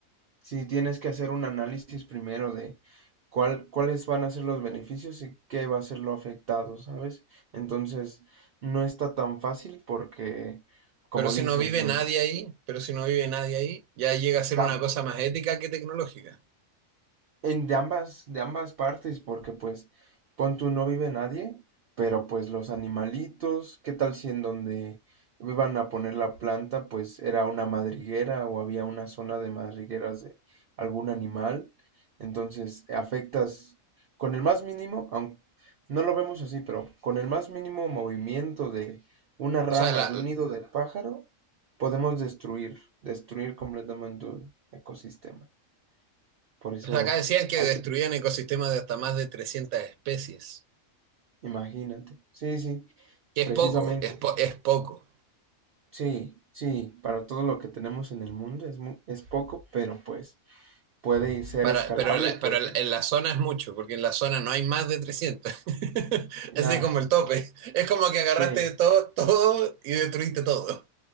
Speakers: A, on the right (about 55°); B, on the right (about 85°).
A: Sí, tienes que hacer un análisis primero de cuál, cuáles van a ser los beneficios y qué va a ser lo afectado, ¿sabes? Entonces, no está tan fácil porque, como
B: Pero si
A: dices,
B: no vive
A: los,
B: nadie ahí, pero si no vive nadie ahí, ya llega a ser
A: tam-
B: una cosa más ética que tecnológica.
A: En de ambas, de ambas partes, porque pues, pon tú, no vive nadie, pero pues los animalitos, ¿qué tal si en donde iban a poner la planta, pues era una madriguera o había una zona de madrigueras de algún animal? Entonces, afectas con el más mínimo, aunque no lo vemos así, pero con el más mínimo movimiento de una rama,
B: O sea, la-
A: de un nido de pájaro, podemos destruir, destruir completamente un ecosistema. Por eso
B: o sea, acá decían que
A: hay
B: destruían
A: que
B: ecosistemas de hasta más de 300 especies,
A: Imagínate. Sí, sí,
B: que es
A: precisamente.
B: poco, es, po- es poco.
A: Sí, sí, para todo lo que tenemos en el mundo es mu- es poco, pero pues puede ser
B: Para,
A: escalable
B: pero la-
A: porque
B: pero la- en la zona es mucho, porque en la zona no hay más de trescientos <laughs> Es
A: ah,
B: así como el tope. Es como que agarraste
A: sí,
B: todo, todo y destruiste todo.